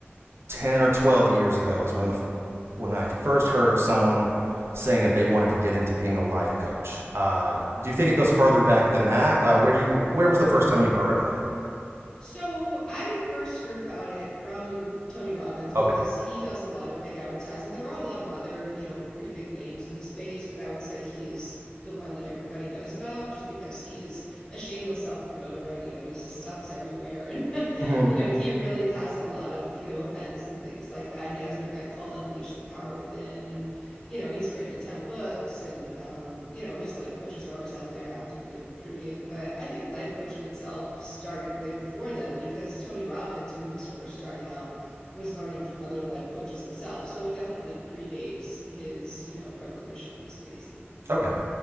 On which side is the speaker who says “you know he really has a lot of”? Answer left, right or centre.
Left